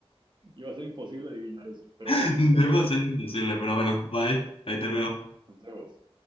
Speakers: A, on the right (about 45°); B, on the left (about 60°).
A: Iba a ser imposible adivinar eso, pero
B: <laughs>
A: bueno, te
B: Debo
A: veo.
B: ser imposible, pero bueno, bye, ahí te veo.
A: Nos vemos.